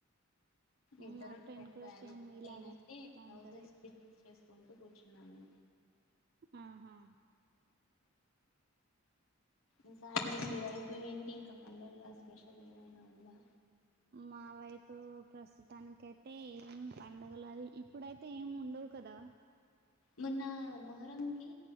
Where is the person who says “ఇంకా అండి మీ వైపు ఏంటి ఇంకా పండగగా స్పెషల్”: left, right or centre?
Left